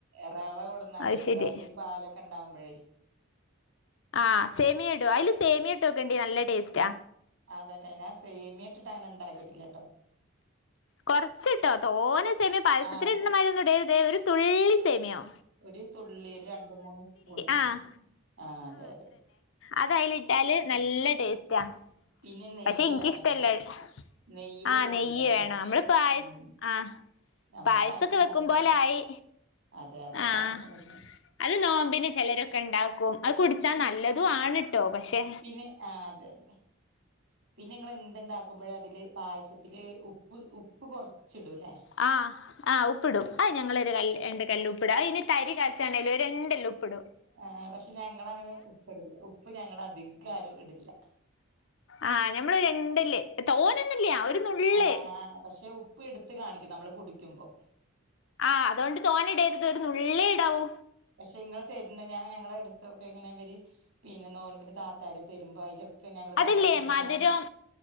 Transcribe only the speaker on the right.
റെവ കൊട്ന്നാലെയ്
റെവിം പാലൊക്കെ ഇണ്ടാവുമ്പഴെ
അതെലെ ഞാ സെമിയം ഇട്ട്ട്ട് അങ്ങനെ ഇണ്ടാക്കീട്ട് ഇല്ലട്ടോ
ആഹ്
കൊ
ഒര് തുള്ളി ഒര് രണ്ട് മൂന്ന് സ്പൂണ്
ആഹ് അതെ അതെ
പിന്നെ നെയ്യ്
വേണല്ലേ
നെയ്യില്
തൂമിക്കണല്ലേ
ഉം
നമ്മള്
പായസം ഉണ്ടാക്കണ
അതെ അതെ
പായസം വെക്കണ
പി
പിന്നെ ആഹ് അതെ അതെ പിന്നെ ഇങ്ങെൾ എന്ത് ഇണ്ടാക്കുമ്പെഴും അതിൽ പായസത്തിൽ ഉപ്പ് ഉപ്പ് കൊർച്ച് ഇടും ലെ
ആ പക്ഷെ ഞങ്ങളങ്ങനെ ഉപ്പ് ഇടില്ല ഉപ്പ് ഞങ്ങ അധികാരും ഇടില്ല
ആഹ്ആ ഹ്പക്ഷെ ഉപ്പ് എടുത്ത് കാണിക്കും നമ്മള് കുടിക്കുമ്പോ
പക്ഷെ ഇങ്ങള് തരുന്നെ ഞാൻ ഞങ്ങളെടുത്തൊക്കെ ഇങ്ങനിവര് പിന്നെ നോൽമ്പല് താത്താര് തരുമ്പോ അയിലൊ ക്കെ ഞങ്ങള്
പായസം കൊടുക്കുമ്പ